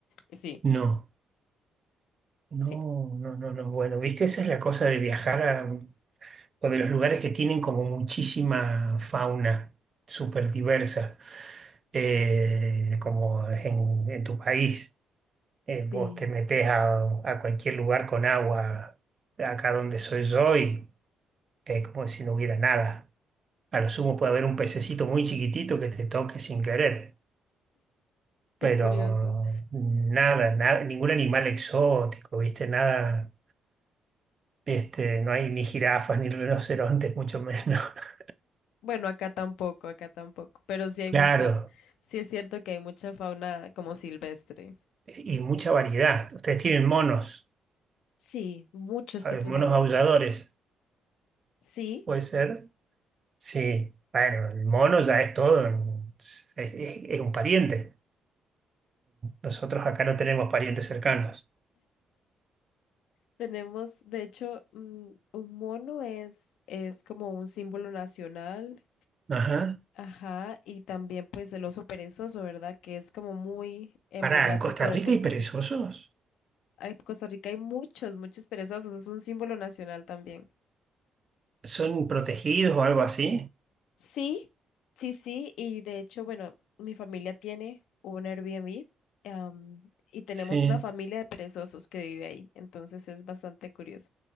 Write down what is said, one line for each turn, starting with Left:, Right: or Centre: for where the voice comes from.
Left: Sí,
Right: No, no,
Left: sí.
Right: no, no, no. Bueno, viste, esa es la cosa de viajar o de los lugares que tienen como muchísima fauna súper diversa, eh, como es en, en tu país. Eh,
Left: Sí.
Right: vos te metés a, a cualquier lugar con agua, acá donde soy yo, y es como si no hubiera nada. A lo sumo puede haber un pececito muy chiquitito que te toque sin querer,
Left: Qué
Right: pero
Left: curioso.
Right: nada, nada, ningún animal exótico, ¿viste? Nada, este, no hay ni jirafas, ni rinocerontes, mucho menos. <laughs>
Left: Bueno, acá tampoco, acá tampoco. Pero sí hay
Right: Claro,
Left: mucha, sí es cierto que hay mucha fauna como silvestre.
Right: y mucha variedad. Ustedes tienen monos,
Left: Sí, muchos
Right: a
Left: tipos
Right: ver, monos
Left: de monos.
Right: aulladores,
Left: Sí,
Right: ¿puede ser? Sí, bueno, el mono ya es todo, es, es- es un pariente. Nosotros acá no tenemos parientes cercanos.
Left: tenemos, de hecho, mm, un mono es, es como un símbolo nacional
Right: Ajá.
Left: Ajá, y también pues el oso perezoso, ¿verdad? Que es como muy emblemático
Right: Pará, ¿en Costa Rica
Left: de Costa
Right: hay perezosos?
Left: Rica. Ah, En Costa Rica hay muchos, muchos perezosos, es un símbolo nacional también.
Right: ¿Son protegidos o algo así?
Left: Sí, sí, sí, y de hecho, bueno, mi familia tiene un Airbnb, am, y tenemos
Right: Sí,
Left: una familia de perezosos que vive ahí, entonces es bastante curioso.